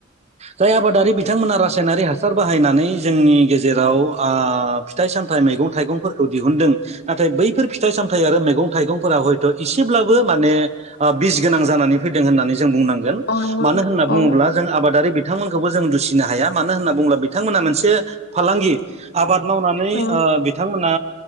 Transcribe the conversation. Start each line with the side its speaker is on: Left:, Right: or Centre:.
Right: जाय आबादारि बिथांमोना रासायनारि हासार हासार बाहायनानै जोंनि गेजेराव ओ फिथाइ सामथाइ मैगं थाइगंफोरखौ दिहुनदों नाथाय बैफोर फिथाइ सामथाइ आरो मैगं थाइगंफोरा हयथ' एसेब्लाबो माने ओ बिस गोनां जानानै फैदों होननानै जों बुंनांगोन
Left: औ नंगौ
Right: मानो
Left: नोंथां
Right: होनना बुङोब्ला
Left: औ
Right: जों आबादारि बिथांमोनखौबो जों दुसिनो हाया मानो होनना बुंब्ला बिथांमोना मोनसे फालांगि आबाद मावनानै
Left: औ
Right: ओ बिथांमोना